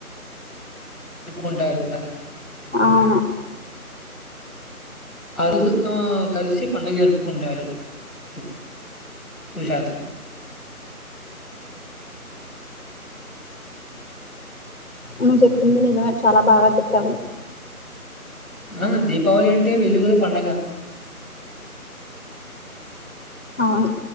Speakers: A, in the centre; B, on the left.
A: ప్పుకుంటారు అ
B: అవును
A: అడుగుతో కలిసి పండుగ జరుపుకుంటారు ఎకు జతమ్
B: నువు చెప్పింది నిజమే చాలా బాగా చెప్పావు
A: ఆ దీపావళి అంటే వెలుగుల పండగ
B: అవును